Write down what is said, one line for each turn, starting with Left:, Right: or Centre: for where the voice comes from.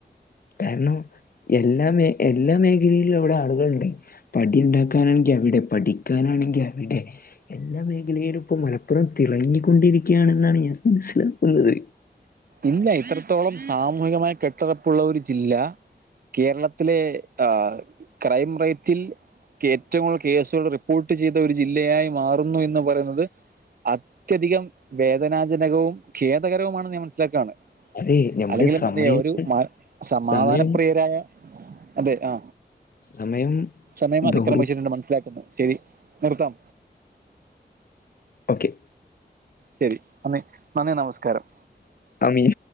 Left: കാരണം എല്ലാ മേ എല്ലാ മേഖലയിലും അവിടെ ആളുകളുണ്ടെ പ്പഠിയുണ്ടാക്കാനാണെങ്കി അവിടെ പഠിക്കാനാണെങ്കി അവിടെ എല്ലാ മേഖലയിലും ഇപ്പോ മലപ്പുറം തിളങ്ങിക്കൊണ്ടിരിക്കയാണെന്നാണ് ഞാൻ മനസ്സിലാക്കുന്നത്
Right: ഇല്ല ഇത്രത്തോളം സാമൂഹികമായി കെട്ടുറപ്പുള്ള ഒരു ജില്ല കേരളത്തിലെ ആ ക്രൈം റേറ്റിൽ കേറ്റവും കേസുള്ള റിപ്പോർട്ട് ചെയ്ത ഒരു ജില്ലയായി മാറുന്നു എന്ന് പറയുന്നത് അത്യധികം വേദനാജനകവും ഖേദകരവും ആണെന്ന് ഞാൻ മനസ്സിലാക്കാണ്
Left: അതെ നമ്മുടെ
Right: അല്ലെങ്കിലും
Left: സമയങ്ങൾ
Right: എന്തെ ഒരു മ സമാധാനപ്രിയരായ
Left: സമയം
Right: അതെ ആ
Left: സമയം
Right: സമയം അതിക്രമിച്ചിട്ടുണ്ട്
Left: ദൗർ
Right: മനസ്സിലാക്കുന്നു ശരി നിർത്താം
Left: ഓക്കെ
Right: ശരി നന്ദി നന്ദി നമസ്കാരം
Left: നന്ദീ